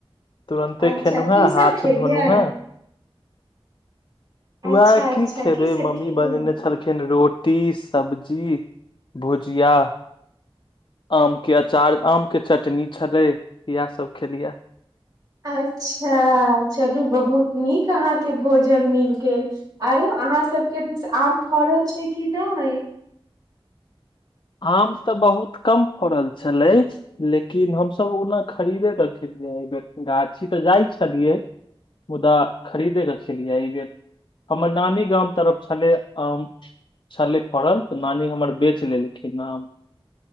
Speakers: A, on the left; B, on the right.
A: तुरन्ते
B: अच्छा
A: खेेलू हैं
B: की सब
A: हाथ
B: खेलियै
A: धोनहु हैं
B: अच्छा
A: वएह
B: अच्छा
A: की खेबै
B: सब
A: मम्मी
B: खेलियै
A: बनेने छलखिन रोट रोटी सब्जी भुजिया आमके अचार आमके चटनी छलै इएहसभ खेलियै
B: अच्छा चलू बहुत नीक अहाँके भोजन मिल गेल आरो अहाँ सबके दिस आम फड़ल छै कि नहि
A: <inaudible> आम तऽ बहुत कम फड़ल छले लेकिन हमसभ ओना खरीदे कऽ खेलियै एहि बेर गाछी तऽ जाइ छलियै मुदा खरीदेके खेलियै एहि बेर हमर नानी गाम तरफ छलै आम छलै फड़ल तऽ नानी हमर बेच लेलखिन आम